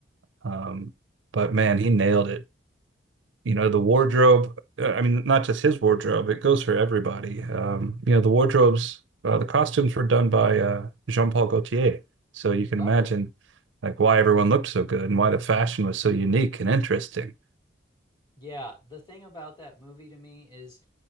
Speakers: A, on the right; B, on the left.
A: Um, but man, he nailed it. you know, the wardrobe, uh, I mean, not just his wardrobe, it goes for everybody. Um, you know, the wardrobes, uh, the costumes were done by uh, Jean-Paul Gaultier. So you can
B: Oh,
A: imagine like why everyone looked so good and why the fashion was so unique and interesting.
B: yeah, the thing about that movie to me is